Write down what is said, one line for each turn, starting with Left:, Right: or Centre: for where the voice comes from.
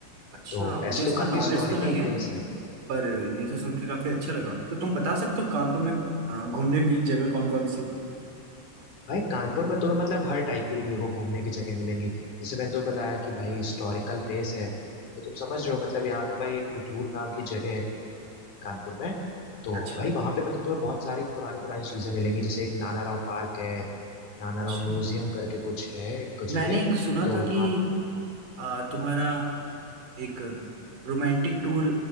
Right: अच्छा
Left: तो
Right: मुझे
Left: ऐसे
Right: इसका
Left: तो काफी
Right: नॉलेज
Left: हिस्टोरिकल
Right: तो नहीं है
Left: प्लेस है
Right: पर ये तो सुन के काफी अच्छा लगा तो तुम बता सकते हो कानपुर में अ, घूमने की जगह कौन कौन सी है?
Left: भाई कानपुर में तुम्हें मतलब हर टाइप की देखो घूमने की जगह मिलेंगी जैसे मैंने तो बताया कि भाई हिस्टोरिकल प्लेस है तो तुम समझ रहे हो मतलब यहाँ पे भाई एक बिठूर नाम की जगह है कानपुर में तो
Right: अच्छा
Left: भाई वहाँ पे मतलब तुम्हें बहुत सारी पुरानी पुरानी चीजें मिलेंगी जैसे एक नाना राव पार्क है नाना
Right: अच्छा
Left: राव म्यूजियम करके कुछ है एक
Right: मैंने
Left: जगह
Right: एक सुना
Left: तो
Right: था
Left: वहाँ
Right: कि आ, तुम्हारा एक रोमांटिक टूर